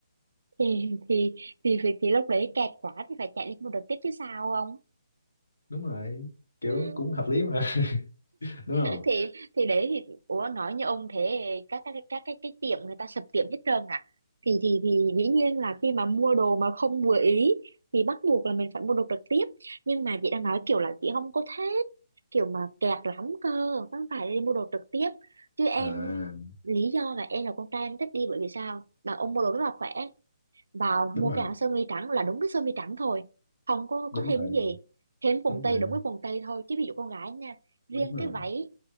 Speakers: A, on the right; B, on the left.
A: thì thì thì thì, thì lúc đấy kẹt quá thì phải chạy lên một đợt tiếp chứ sao không
B: đúng rồi kiểu
A: ừ
B: cũng hợp lý mà <laughs> đúng không
A: thì thì đấy thì ủa nói như ông thế các các các cái cái tiệm người ta sập tiệm hết trơn à thì thì thì dĩ nhiên là khi mà mua đồ mà không vừa ý thì bắt buộc là mình phải mua đồ trực tiếp nhưng mà chị đang nói kiểu là chị không có thích kiểu mà kẹt lắm cơ không phải đi mua đồ trực tiếp chứ em
B: à
A: lý do là em là con trai em thích đi bởi vì sao là ông mua đồ rất là khỏe vào
B: đúng
A: mua
B: rồi
A: cái áo sơ mi trắng là đúng cái sơ mi trắng thôi không có
B: đúng
A: có thêm
B: rồi
A: cái gì thêm quần
B: đúng
A: tây
B: rồi
A: đúng cái quần tây thôi chứ ví dụ con gái nha riêng
B: đúng rồi
A: cái váy